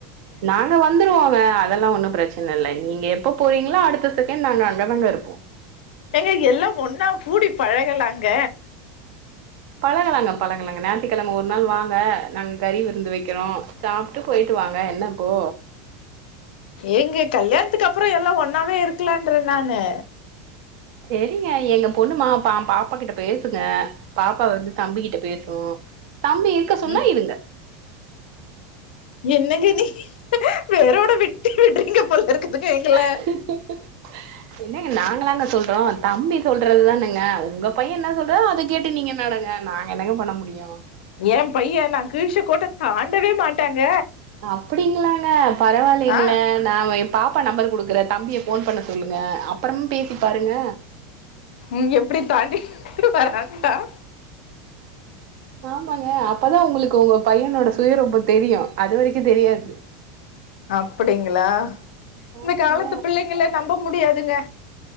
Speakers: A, on the right (about 55°); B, on the left (about 85°).
A: நாங்க வந்துருவோங்க அதெல்லாம் ஒன்னும் பிரச் சனை இல்ல நீங்க எப்ப போறீங்களோ அடுத்த செகண்ட் நாங்க அங்க தான் இருப்போம்
B: ஏங்க எல்லாம் ஒன்னா கூடி பழகலாங்க
A: பழகலாங்க பழகலாங்க ஞாயத்தக்கிழமை ஒரு நாள் வாங்க நாங்க கறி விருந்து வைக்கிறோம் சாப்பிட்டு போயிட்டு வாங்க என்ன இப்போ
B: ஏங்க கல்யாணத்துக்கு அப்புறம் எல்லாம் ஒன்னாவே இருக்கலான்ன்றேன் நான்னு
A: செரிங்க எங்க பொண்ணுமா பா பாப்பா கிட்ட பேசுங்க பாப்பா வந்து தம்பி கிட்ட பேசும் தம்பி இருக்க சொன்னா
B: ம்
A: இருங்க
B: என்ன கேட்டிங்க வேரோட வெட்டி விடுருவீங்க போல இருக்கு அது கேக்கல
A: இருங்க என்னங்க நாங்களாங்க சொல்றோம் தம்பி சொல்றது தானுங்க உங்க பையன் என்ன சொல்றதோ அதை கேட்டு நீங்க நடங்க நாங்க என்னங்க பண்ண முடியும்
B: ஏன் பையன் நான் கிழிச்ச கோட்ட தாண்டவே மாட்டாங்க
A: அப்படிங்களாங்க பரவாயில்லைங்களே
B: ஆ
A: நான் பாப்பா நம்பர் குடுக்குறேன் தம்பிய ஃபோன் பண்ண சொல்லுங்க அப்புறமும் பேசி பாருங்க
B: ம் எப்படி தாண்டி <inaudible>
A: ஓ மகேன் அப்பதான் உங்களுக்கு உங்க பையனோட சுயரூபம் தெரியும் அது வரைக்கும் தெரியாது
B: அப்படிங்களா
A: ஆமாங்க
B: இந்த காலத்து பிள்ளைங்கள நம்ப முடியாதுங்க